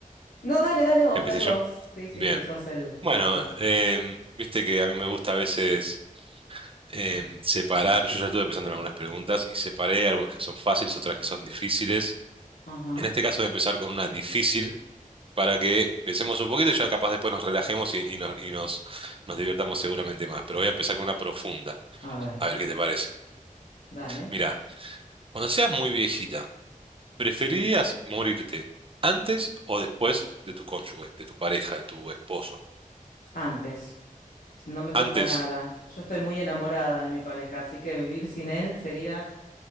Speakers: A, on the left; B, on the right.
A: No, dale, dale vos,
B: ¿Que empiece
A: dale
B: yo?
A: vos. Sí, sí,
B: Bien.
A: que sos el
B: Bueno,
A: autor.
B: em, viste que a mí me gusta a veces em, separar. Yo ya estuve pensando en algunas preguntas y separé algunas que son fáciles, otras que son difíciles.
A: Ajá.
B: En este caso voy a empezar con una difícil. para que pensemos un poquito y ya capaz después nos relajemos y, y nos, y nos, nos divirtamos seguramente más. Pero voy a empezar con una profunda,
A: A ver,
B: a ver qué te parece.
A: dale.
B: Mirá, cuando seas muy viejita, ¿preferirías
A: Sí.
B: morirte antes o después de tu cónyuge, de tu pareja, de tu esposo?
A: Antes. No me cuesta
B: Antes,
A: nada. Yo estoy muy enamorada de mi pareja, así que vivir sin él sería